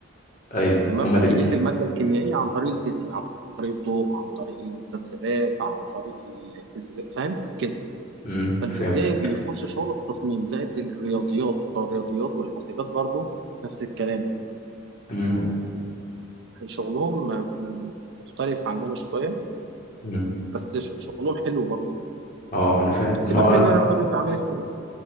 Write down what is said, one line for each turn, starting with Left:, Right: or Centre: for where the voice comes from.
Left: ايوه
Right: تمام
Left: هما اللي
Right: بيقيس
Left: بي
Right: الماده الكيميائيه عن طريق الفيزياء عن طريق الضوء عن طريق الذبذبات عن طريق الاهتزازات فاهم كده
Left: مم،
Right: فالفيزيائي
Left: فهمت
Right: بيخش شغل التصميم زائد الرياضيات بتوع الرياضيات والحاسبات برضو نفس الكلام
Left: مم.
Right: فشغلهم آه، آه، مختلف عننا شويه
Left: مم.
Right: بس ش- شغلهم حلو برضو
Left: اه ما انا فاهم
Right: سيبك
Left: ما هو
Right: مني
Left: انا
Right: انا بقول انت عامل ايه في شغلك؟